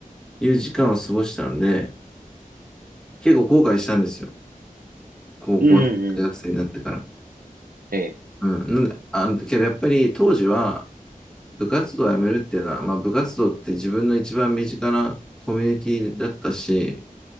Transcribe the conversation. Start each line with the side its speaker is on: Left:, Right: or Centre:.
Centre: ういう時間を過ごしたので、結構後悔したんですよ。高校、
Right: うんうん。
Centre: 大学生になってから。
Right: ええ
Centre: うん。なんで、あの、けどやっぱり当時は部活動をやめるっていうのは、まあ部活動って自分の一番身近なコミュニティだったし、